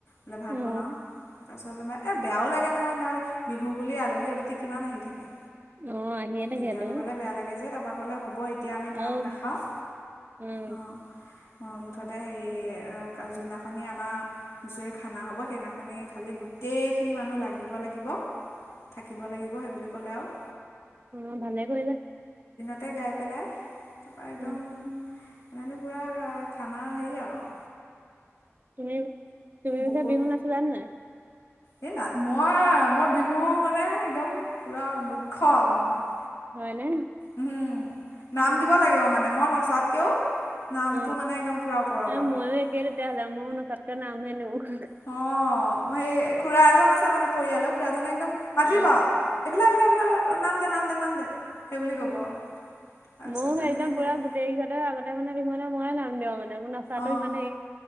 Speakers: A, on the left; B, on the right.
A: বোলে ভাত
B: অ
A: বনাওঁ তাৰপিছত <unintelligible> বেয়াও লাগে নহয় ধৰা, বিহু বুলি আলহী-অতিথি কিমান আহি থাকে।
B: অ আহিয়ে থাকেতো
A: দিগদাৰ দিবলৈ বেয়া লাগে যে, তাৰপৰা ক'লে, হ'ব এতিয়া আমি
B: আৰু
A: ভাত নাখাওঁ৷
B: উম
A: অ'। অ', মুঠতে হেৰি যোনদিনাখনি আমাৰ হুঁচৰি খানা হ'ব সেইদিনাখন মানে খালে গোটেই খিনি মানুহ লাগিব লাগিব৷ থাকিব লাগিব সেইবুলি ক'লে আৰু৷
B: অ' ভালে কৈলা।
A: তাতে গাই পেলাই, তাৰপৰা একদম
B: উম
A: মানে পুৰা খানা হেই আও।
B: তুমি-তুমি
A: বকুল
B: যে বিহু নাচিলা নাই?
A: এই নাই, মই-মই বিহু মানে একদম পুৰা মুখ্য আৰু মই৷
B: হয়নে
A: উম। নাম
B: উম
A: দিব লাগিব, মানে মই নচাতকেও নামটো
B: অ
A: মানে একদম পুৰা ওপৰত
B: এ
A: আৰু৷
B: ময়ো <unintelligible>
A: অ', সেই খুৰা এজন আছে মানে পৰিয়ালৰ, খুৰাজনে একদম মাতিব
B: অ
A: আৰু, এইফালে <unintelligible> নাম দে নাম দে নাম দে। সেই বুলি ক'ব
B: উম৷
A: আৰু। তাৰপিছত
B: ময়ো
A: তেনেকৈ
B: সেই একদম
A: গায়
B: পুৰা গোটেই কেইঘৰতে আগতে মানে বিহু হলে ময়ে নাম দিওঁ মানে আও। নচাটো
A: অ',
B: ইমানে হেৰি